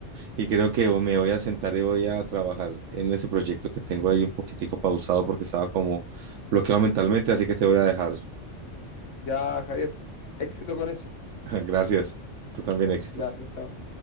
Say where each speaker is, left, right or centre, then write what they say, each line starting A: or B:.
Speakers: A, on the right; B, on the left.
A: Y creo que me voy a sentar y voy a trabajar en ese proyecto que tengo ahí un poquitico pausado porque estaba como bloqueado mentalmente, así que te voy a dejar.
B: Ya, Javier, éxito con eso.
A: <laughs> Gracias. Tú también éxitos.
B: Gracias, chao.